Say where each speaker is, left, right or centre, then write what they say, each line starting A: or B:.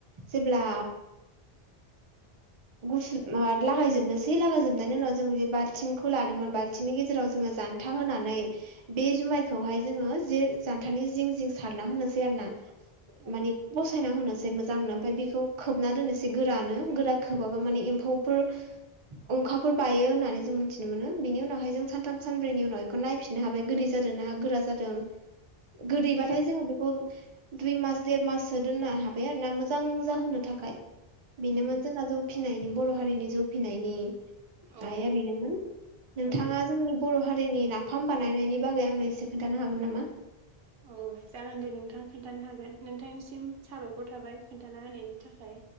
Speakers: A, on the right; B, on the right.
A: जेब्ला गुसु माबा लागायजोबनोसै लागायजोबनायनि उनाव जों जे बाल्थिंखौ लादोंमोन बाल्थिंनि गेजेराव जोङो जान्था होनानै बे जुमायखौहाय जोङो जे जानथानि जिं जिं सारना होनोसै आरोना
B: औ
A: माने पसायना होनोसै मोजांनो ओमफ्राय बेखौ खोबना दोननोसै गोरानो गोरा खोबाबा माने एम्फौफोर अंखाफोर बायो होननानै ज जों मिथिनो मोनो बिनि उनावहाय जों सानथाम सानब्रैनि उनाव बेखौ नायफिननो हाबाय गोदै जादों गोरा जादों गोदैबाथाय
B: उम
A: जोङो बेखौ दुइ मास देर माससो दोननो हाबाय आरो ना मोजां जाहोनो थाखाय बेनो
B: उम
A: मोन जौ फिनायनि बर' हारिनि जौ फिनायनि
B: अ औ
A: आया बेनोमोन नोंथाङा
B: औ
A: जोंनि ब र' हारिनि नाफाम बानायनायनि बागै आंनो एसे खोन्थानो हागोन नामा?
B: औ जागोन दे नोंथां खोन्थानो हागोन। नोंथांनिसिम साबायखर थाबाय खोन्थाना होनायनि थाखाय।